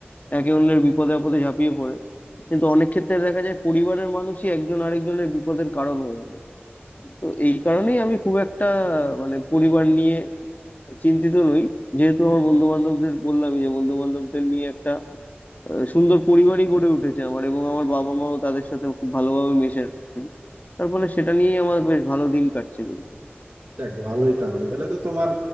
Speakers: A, on the left (about 40°); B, on the right (about 80°).
A: একে অন্যের বিপদে আপদে ঝাঁপিয়ে পড়ে কিন্তু অনেক ক্ষেত্রে দেখা যায় পরিবারের মানুষই একজন আরেকজনের বিপদের কারণ হয়ে ওঠে তো এই কারণেই আমি খুব একটা মানে পরিবার নিয়ে চিন্তিত নই যেহেতু আমার বন্ধু বান্ধবদের বললামই যে বন্ধু বান্ধবদের নিয়ে একটা আহ, সুন্দর পরিবারই গড়ে উঠেছে আমার এবং আমার বাবা মাও তাদের সাথে খুব ভালোভাবে মেশে তার ফলে সেটা নিয়েই আমার বেশ ভালো দিন কাটছে কিন্তু
B: যাক ভালোই তাহলে তাহলে তো তোমার